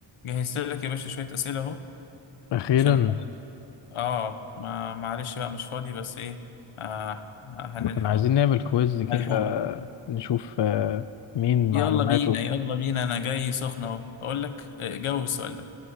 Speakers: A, on the left; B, on the left.
A: جهزت لك يا باشا شوية أسئلة أهو
B: أخيرا
A: عشان آه ما معلش بقى مش فاضي بس إيه آه آه، هنلحق
B: كنا عايزين
A: أهو
B: نعمل كويز
A: ملحوقة
B: كده نشوف آه، مين معلوماته
A: يلا بينا يلا بينا أنا جاي سخنة أهو أقول لك آه، جاوب السؤال ده